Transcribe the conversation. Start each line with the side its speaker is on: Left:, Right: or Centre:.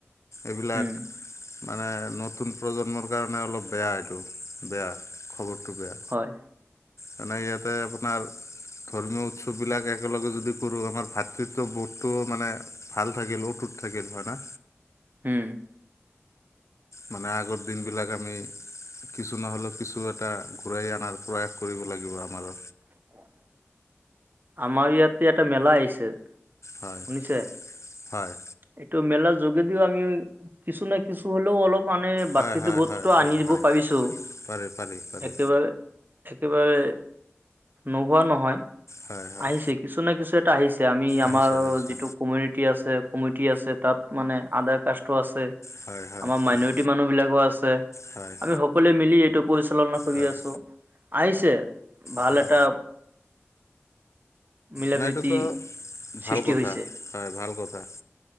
Left: এইবিলাক
Right: উম
Left: মানে, নতুন প্ৰজন্মৰ কাৰণে অলপ বেয়া, এইটো বেয়া খবৰটো বেয়া।
Right: হয়।
Left: মানে ইয়াতে আপোনাৰ, ধৰ্মীয় উৎসৱবিলাকে একেলগে যদি কৰোঁ, আমাৰ ভাতৃত বোধটো মানে, ভাল থাকিল অটুত থাকিল হয়, না?
Right: উম,
Left: মানে আগৰ দিনবিলাক আমি কিছু নহ'লেও কিছু এটা, ঘূৰাই আনাৰ প্ৰয়াস কৰিব লাগিব আমাৰ।
Right: উ <inaudible> আমাৰ ইয়াতে এটা মেলা আহিছে। শুনিছে?
Left: হয় হয়
Right: এইটো মেলাৰ যোগেদিও আমি, কিছু নাই, কিছু হ'লেও অলপ মানে ভাতৃত
Left: হয় হয়
Right: বোধটো
Left: হয় হয়
Right: আনি দিব
Left: হয়
Right: পাৰিছোঁ।
Left: পাৰি পাৰি পাৰি
Right: একেবাৰে একেবাৰে, নোহোৱা নহয়।
Left: হয়, হয়।
Right: আহিছে, কিছু নাই কিছু এটা আহিছে। আমি আমাৰ
Left: আহিছে আহিছে
Right: যিটো কমিউনিটি আছে, কমিউটি আছে, তাত মানে আদাৰ কাষ্টো আছে।
Left: হয় হয়
Right: আমাৰ মাইনৰিটি
Left: হয়
Right: মানুহ বিলাকো আছে।
Left: হয়
Right: আমি সকলোৱে মিলি এইটো পৰিচালনা কৰি
Left: হয়
Right: আছোঁ, আহিছে ভাল
Left: হয়
Right: এটা মিলা
Left: না
Right: প্ৰীতি
Left: এইটোতো,
Right: সৃষ্টি
Left: ভাল কথা,
Right: হৈছে
Left: হয় ভাল কথা।